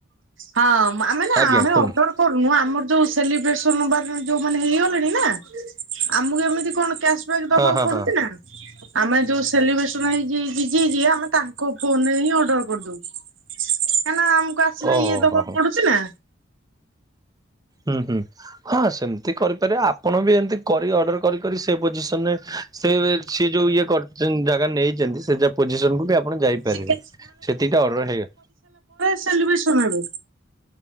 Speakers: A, on the right; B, on the right.
A: ହଁ ଆମେନା
B: ଆଜ୍ଞା
A: ଆମେ
B: କୁହନ୍ତୁ
A: ଅର୍ଡ଼ର କରୁନୁ ଆମର ଯୋଉ ସେଲିବ୍ରେସନ ବା ଯୋଉମାନେ ହେଇଗଲେଣି ନା ଆମକୁ ଏମିତି କଣ କ୍ୟାସ ବ୍ୟାକ ଦବାକୁ
B: ହଁ ହଁ
A: ପଡ଼ୁଛି
B: ହଁ
A: ନା ଆମେ ଯୋଉ ସେଲିବ୍ରେସନ ଯିଏ କି ଯିଏ ଯିଏ ଆମେ ତାଙ୍କ ଫୋନରେ ହିଁ ଅର୍ଡ଼ର କରିଦଉ କାଇଁକିନା କୁ ଆସିଲେ
B: ଓହୋ
A: ଇଏ ଦବାକୁ
B: ହୋ ହୋ।
A: ପଡ଼ୁଛି ନା
B: ହୁଁ ହୁଁ ହଁ ସେମିତି କରିପାରିବେ ଆପଣ ବି ଏମତି କରି ଅର୍ଡ଼ର କରି କରି ସେ ପୋଜିସନ ରେ ସେ ଯୋଉ ଇଏ ସିଏ ଯୋଉ ଇଏ କର ଜାଗା ନେଇଛନ୍ତି ସେ ପୋଜିସନକୁ ବି ଆପଣ ଯାଇପାରିବେ
A: ସେ କେ
B: ସେତିକ ଅଡ଼ର ହେଇଗ
A: ସେଲିବ୍ରସନ ହେବ।